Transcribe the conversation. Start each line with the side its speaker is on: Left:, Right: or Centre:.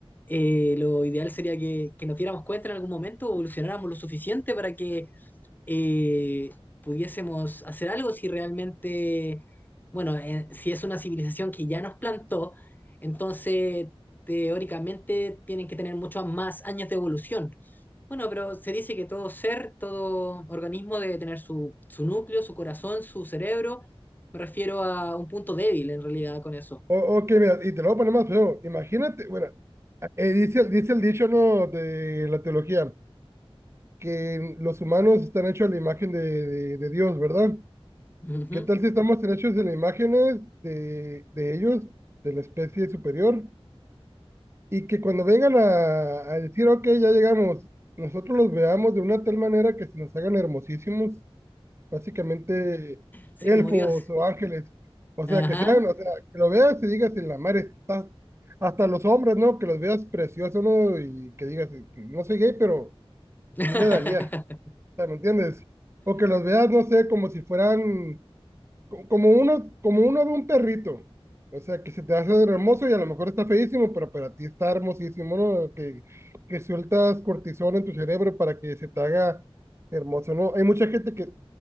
Left: eh, lo ideal sería que, que nos diéramos cuenta en algún momento, evolucionáramos lo suficiente para que eh, pudiésemos hacer algo si realmente, bueno, eh, si es una civilización que ya nos plantó, entonces teóricamente tienen que tener muchos más años de evolución. Bueno, pero se dice que todo ser, todo organismo debe tener su, su núcleo, su corazón, su cerebro. Me refiero a un punto débil en realidad con eso.
Right: o, ok, mira, y te lo voy a poner más feo, imagínate, bueno, eh, dice, dice el dicho, ¿no?, de la teología, que los humanos están hechos a la imagen de, de, de Dios, ¿verdad?
Left: Ujú.
Right: ¿Qué tal si estamos hechos de las imágenes de, de ellos, de la especie superior? y que cuando vengan a, a decir, ok, ya llegamos, nosotros los veamos de una tal manera que se nos hagan hermosísimos, básicamente
Left: Sí,
Right: elfos
Left: como Dios.
Right: o ángeles, o sea,
Left: Ajá.
Right: que sean, o sea, que lo veas y digas, en la mar está, hasta los hombres, ¿no? Que los veas preciosos, ¿no? Y que digas, no soy gay, pero
Left: <laughs>
Right: sí le daría, o sea, ¿me entiendes? O que los veas, no sé, como si fueran co- como uno, como uno ve un perrito, o sea, que se te hace hermoso y a lo mejor está feísimo, pero para ti está hermosísimo, ¿no? Que, que sueltas cortisol en tu cerebro para que se te haga hermoso, ¿no? Hay mucha gente que,